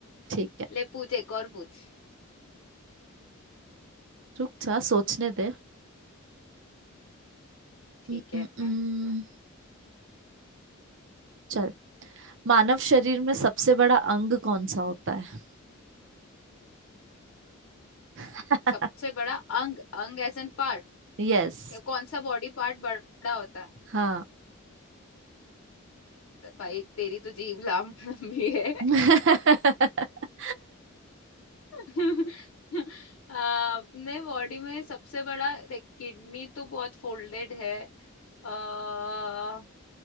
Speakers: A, on the right; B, on the left.
A: ठीक है
B: ले पूछ एक और पूछ
A: रुक जा सोचने दे
B: ठीक
A: उम, उम,
B: है
A: उम, चल मानव शरीर में सबसे बड़ा अंग
B: हम्म
A: कौन सा होता है <laughs>
B: सबसे बड़ा अंग अंग एज एन पार्ट
A: यस
B: या कौन सा बॉडी पार्ट बड़ा होता है
A: हाँ
B: तो भाई तेरी तो जीभ लाम- लंबी है
A: <laughs>
B: <laughs> आ, अपने बॉडी में सबसे बड़ा देख किडनी तो बहुत फोल्डेड है आ,